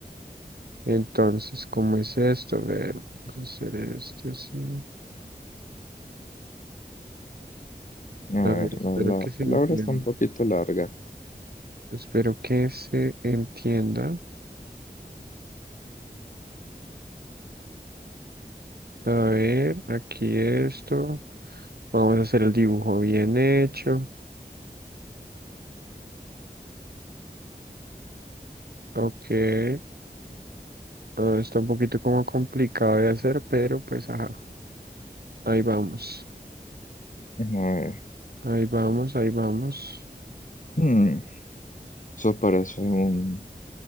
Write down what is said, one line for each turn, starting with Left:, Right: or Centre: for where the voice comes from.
Right: Entonces, ¿cómo es esto? A ver, vamos a hacer esto así.
Left: A ver,
Right: A ver, espero
Left: la, la
Right: que
Left: palabra
Right: se entienda.
Left: está un poquito larga.
Right: Espero que se entienda. A ver, aquí esto. Vamos a hacer el dibujo bien hecho. Ok. Ah, está un poquito como complicado de hacer, pero pues ajá. Ahí vamos.
Left: A ver.
Right: Ahí vamos, ahí vamos.
Left: mm, Eso parece un